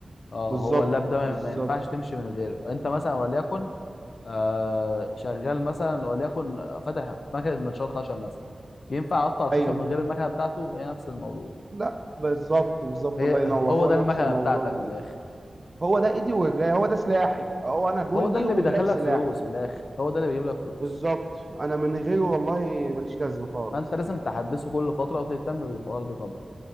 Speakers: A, on the left; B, on the right.
A: اه
B: بالظبط
A: هو اللاب ده ما
B: بالظبط
A: ما ينفعش تمشي من غيره انت مثلا وليكن آه شغال مثلا وليكن فاتح مكنه منشار خشب مثلا ينفع اقطع الخشب
B: ايوه
A: من غير المكنه بتاعته هي نفس الموضوع
B: لا بالظبط بالظبط
A: هي
B: الله ينور
A: هو
B: هو
A: ده
B: نفس
A: المكنه
B: الموضوع
A: بتاعتك
B: بالظبط
A: من الاخر
B: هو ده ايدي ورجلي هو ده سلاحي هو انا جندي
A: هو ده اللي
B: واللاب
A: بيدخلك
B: سلاحي
A: فلوس من الاخر هو ده اللي بيجيب لك فلوس
B: بالظبط انا من غيره والله ماليش لازمه خالص
A: فانت لازم تحدثه كل فتره وتهتم بالحوار ده طبعا